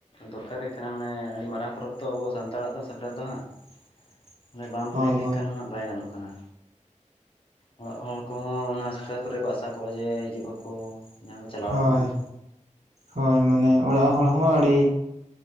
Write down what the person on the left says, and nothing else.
ᱫᱚᱨᱠᱟᱨ ᱜᱮ ᱠᱟᱱᱟ ᱢᱟᱱᱮ ᱟᱹᱰᱤ ᱢᱟᱨᱟᱝ ᱯᱚᱨᱚᱵᱽ ᱛᱚ ᱟᱵᱚ ᱥᱟᱱᱛᱟᱲᱟᱜ ᱫᱚ ᱥᱟᱠᱨᱟᱛ ᱫᱚ ᱦᱟᱸᱜ
ᱢᱟᱱᱮ ᱵᱟᱢ
ᱦᱮᱡ ᱞᱮᱱᱠᱷᱟᱱ
ᱦᱟᱸᱜ ᱵᱟᱭ ᱜᱟᱱᱚᱜ ᱠᱟᱱᱟ ᱚᱲᱟᱜ ᱦᱚᱲ ᱠᱚᱦᱚᱸ ᱚᱱᱟ ᱥᱟᱠᱨᱟᱛ ᱠᱚᱨᱮ ᱠᱚ ᱟᱥᱟ ᱠᱚᱜᱼᱟ ᱡᱮ ᱦᱤᱡᱩᱜ ᱟᱠᱚ ᱡᱟᱦᱟᱸ ᱠᱚ ᱪᱟᱞᱟᱣ
ᱠᱟᱱᱟ ᱦᱟᱸᱜ